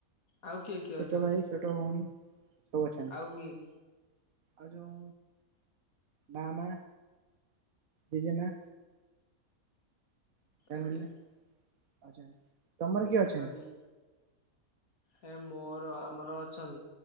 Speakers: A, on the left (about 80°); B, on the right (about 75°).
A: ଆଉ କିଏ କିଏ
B: ଛୋଟଭାଇ
A: ଅଛନ୍ତି
B: ଛୋଟଭଉଣୀ ସବୁ ଅଛନ୍ତି
A: ଆଉ କିଏ
B: ଆଉ ଯୋଉ ବାମା ଜେଜେମା ଫ୍ୟାମିଲିରେ
A: ଆଜ୍ଞା।
B: ଅଛନ୍ତି ତମର କିଏ ଅଛନ୍ତି?
A: ଆଜ୍ଞା ହେ ମୋର ଆମର ଅଛନ୍ତି,